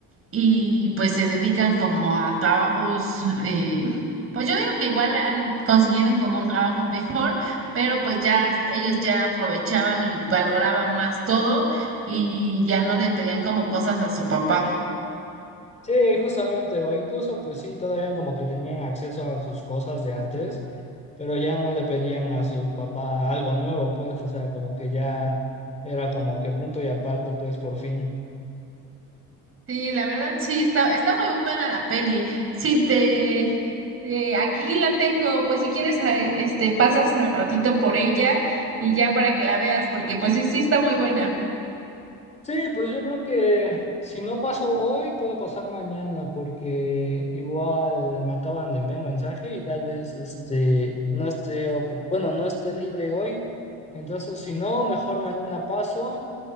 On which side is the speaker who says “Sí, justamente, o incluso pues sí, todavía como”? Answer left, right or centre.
Left